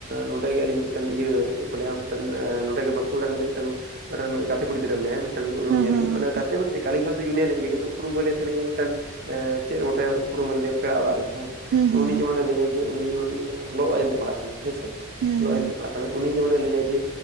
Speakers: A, on the right (about 45°); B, on the right (about 85°).
A: ᱱᱚᱰᱮ ᱜᱮ ᱟᱞᱤᱧ ᱢᱤᱫᱴᱮᱱ ᱤᱭᱟᱹ ᱪᱮᱫ ᱠᱚ ᱞᱟᱹᱭᱟ ᱢᱤᱫᱴᱮᱱ ᱱᱚᱰᱮ ᱜᱮ ᱵᱟᱸᱠᱩᱲᱟ ᱨᱮᱱᱜᱮ ᱢᱤᱫᱴᱮᱱ ᱢᱤᱫᱴᱮᱱ ᱜᱟᱛᱮ ᱠᱩᱲᱤ ᱜᱤᱫᱽᱨᱟᱹ ᱢᱱᱟᱭᱟ ᱾ ᱢᱤᱫᱴᱮᱱ ᱩᱨᱩᱢᱭᱟᱤᱧ
B: ᱦᱮᱸ ᱦᱮᱸ ᱦᱮᱸ
A: ᱢᱟᱱ ᱜᱟᱛᱮ ᱢᱮᱱ ᱪᱮᱫ ᱟᱞᱤᱧ ᱠᱷᱚᱱᱱᱟᱜ ᱫᱚ ᱡᱩᱱᱤᱭᱟᱨ ᱦᱩᱭᱩᱜ ᱜᱮᱭᱟ ᱠᱤᱱᱛᱩ ᱩᱯᱩᱢ ᱦᱩᱭ ᱞᱮᱱ ᱛᱟᱞᱧᱟ ᱢᱤᱫᱴᱮᱱ ᱪᱮᱫᱜᱴᱷᱮᱱ ᱯᱩᱨᱟᱹ ᱢᱮᱱᱮᱭᱟ ᱯᱮᱲᱟ ᱚᱲᱟᱜ ᱨᱮ ᱦᱮᱸ
B: ᱦᱩᱸ
A: ᱛᱚ
B: ᱦᱩᱸ
A: ᱩᱱᱤ
B: ᱦᱩᱸ
A: ᱡᱮᱢᱚᱱᱮ ᱞᱟᱹᱟᱭ ᱡᱮ ᱩᱱᱤ ᱡᱮᱢᱚᱱ ᱞᱚᱜᱼ ᱟᱭᱤᱱ ᱛᱮ ᱯᱟᱲᱦᱟᱜ ᱠᱟᱱᱟᱭ ᱾ ᱦᱮᱸ ᱥᱮ
B: ᱦᱩᱸ
A: ᱞᱚ
B: ᱦᱩᱸ
A: ᱟᱭᱤᱱ ᱛᱮ ᱯᱟᱲᱦᱟᱜ ᱠᱟᱱᱟ ᱩᱱᱤ ᱡᱮ ᱢᱚᱱᱮ ᱞᱟᱹᱭᱟᱭ ᱡᱮ